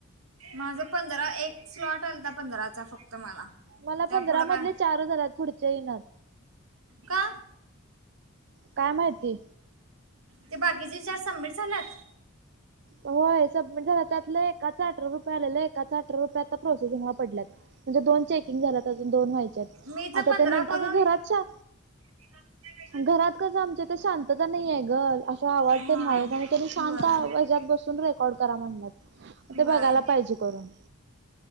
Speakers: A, on the right; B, on the right.
A: माझ पंधरा एक स्लॉट आलता पंधराचा फक्त मला.
B: मला
A: त्या
B: पंधरा
A: पुढं
B: मधले
A: काय
B: चारच आल्यात पुढचे येइनात.
A: का?
B: काय माहिती?
A: ते बाकीचे चार सबमिट झाल्यात.
B: होय सबमिट झालं त्यातलं एकाच अठरा रुपये आलेला एकाचा अठरा रुपये आता प्रोसेसिंगला पडल्यात. म्हणजे दोन चेकिंग झाल्यात अजून दोन व्हायच्यात
A: मी तर
B: आता
A: पंधरा
B: ते न
A: करून
B: अग घरात च्या
A: <unintelligible>
B: घरात कस आमच्या ते शांतता नाहीयाय ग असा आवाज
A: हां
B: तेन हाय आणि त्यांनी शांत
A: वय
B: आवाज त्यात बसून रेकॉर्ड करा म्हणल्यात ते
A: वय
B: बघायला पाहिजे करून.